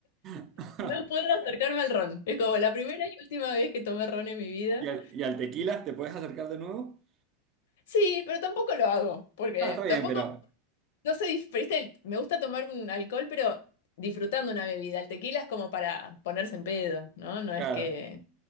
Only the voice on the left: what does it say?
No puedo acercarme al ron. Es como la primera y última vez que tomé ron en mi vida.
Sí, pero tampoco lo hago, porque
tampoco
No sé, dif- pero este, me gusta tomar un alcohol, pero disfrutando una bebida. El tequila es como para ponerse en pedo, ¿no? No
es que...